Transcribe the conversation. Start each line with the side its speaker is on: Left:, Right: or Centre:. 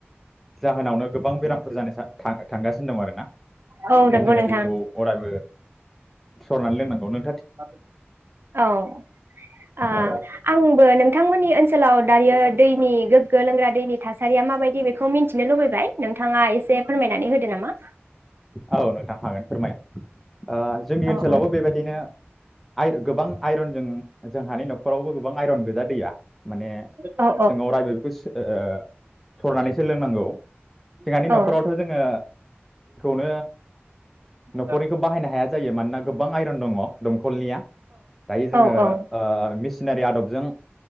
Centre: जाहोनावनो गोबां बेरामफोर जानाय थांगासिनो दं आरो ना।
Right: औ
Centre: ओंखायनो
Right: नंगौ
Centre: जोङो
Right: नोंथां
Centre: दैखौ अरायबो। <inaudible> सरनानै लोंनांगौनो।
Right: <inaudible> औ ओह
Centre: औ
Right: आंबो नोंथांमोननि ओनसोलाव। दायो दैनि गोग्गो लोंग्रा दैनि थासारिया माबायदि। दे बेखौ मिथिनो लुबैबाय नोंथाङा एसे फोरमायनानै होदो नामा।
Centre: औ नोंथां हागोन फोरमायनो। ओ जोंनि
Right: औ
Centre: ओनसोलावबो
Right: औ
Centre: बेबायदिनो आइर गोबां। आइरनजों जोंहानि नखरावबो गोबां आइरन गोजा दैया। माने
Right: औ
Centre: जोंनाव रायबाय <unintelligible> फोस ओ। सरनानैसो लोंनांगौ। जोंहानि
Right: औ
Centre: नखरावथ
Right: औ
Centre: जोङो दै। ओ नखरनिखौ
Right: औ
Centre: बाहायनो हाया जायो मानोना गोबां आइरन दङ। <inaudible> खलनिया दायो जोङो
Right: औ
Centre: ओ
Right: औ
Centre: मिस। मिसनारि आदबजों